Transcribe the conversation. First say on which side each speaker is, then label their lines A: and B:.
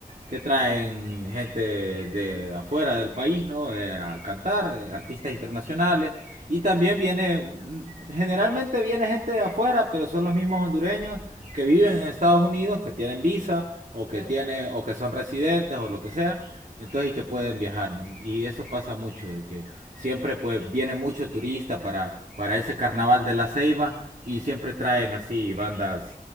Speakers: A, on the right (about 60°); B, on the right (about 75°).
A: que traen gente de afuera del país, ¿no? Eh, a cantar, eh, artistas internacionales. Y también
B: mm,
A: viene, generalmente viene gente de afuera, pero son los mismos hondureños que viven en Estados Unidos, que tienen visa o que
B: ujú,
A: tienen o que son residentes o lo que sea entonces y que pueden viajar, ¿no? Y eso pasa mucho, de que siempre
B: sí,
A: pues
B: sí.
A: viene mucho turista para, para ese carnaval de la Ceiba y siempre traen así bandas